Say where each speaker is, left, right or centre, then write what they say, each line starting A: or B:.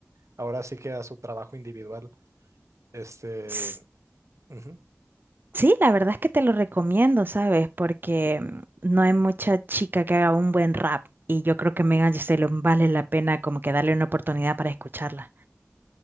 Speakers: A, on the right; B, on the right.
A: ahora sí que a su trabajo individual. Este,
B: S-
A: ujú.
B: Sí, la verdad es que te lo recomiendo, ¿sabes? Porque mm, no hay mucha chica que haga un buen rap y yo creo que Megan Thee Stallion vale la pena como que darle una oportunidad para escucharla.